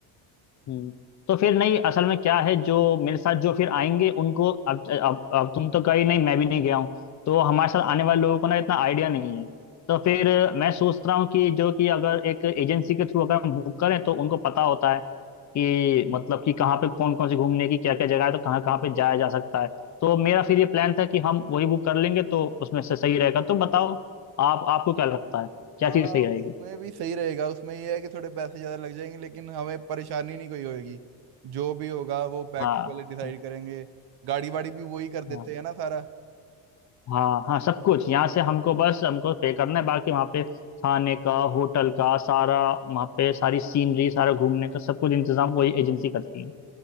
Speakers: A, on the left (about 40°); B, on the right (about 60°).
A: हम्म तो फिर नहीं असल में क्या है जो मेरे साथ जो फिर आएंगे उनको अब अब अब तुम तो कहीं नहीं मैं भी नहीं गया हूँ तो हमारे साथ आने वाले लोगों को ना इतना आइडिया नहीं है तो
B: अच्छा
A: फिर मैं सोच रहा हूँ कि जो कि अगर एक एजेंसी के थ्रू अगर हम बुक करें तो उनको पता होता है कि मतलब कि कहाँ पे कौन कौन सी घूमने की क्या क्या जगह है तो कहाँ कहाँ पे जाया जा सकता है तो मेरा फिर ये प्लान था कि हम वही बुक कर लेंगे तो उसमें से सही रहेगा तो बताओ आप आपको क्या लगता है क्या
B: हाँ
A: चीज़ सही रहेगी
B: उसमें भी सही रहेगा उसमें ये है कि थोड़े पैसे ज्यादा लग जाएंगे लेकिन हमें परेशानी नहीं कोई होगी जो भी होगा वो पैकेज
A: हाँ
B: वाले डिसाइड
A: हाँ
B: करेंगे गाड़ी वाड़ी भी वही कर देते
A: हाँ।
B: हैं ना सारा
A: हाँ हाँ सब कुछ यहाँ से हमको बस हमको पे करना है बाकी वहाँ पे खाने का होटल का सारा वहाँ पे सारी सीनरी सारा घूमने का सब कुछ इंतजाम वही एजेंसी करती है